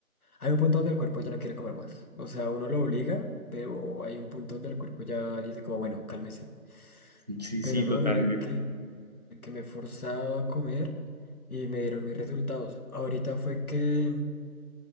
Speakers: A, on the left; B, on the right.
A: Hay un punto donde el cuerpo ya no quiere comer más. O sea, uno lo obliga, pero hay un punto donde el cuerpo ya dice como, bueno, cálmese.
B: Sí,
A: Pero
B: sí,
A: no,
B: totalmente.
A: mira que, que me forzaba a comer y me dieron mis resultados. Ahorita fue que,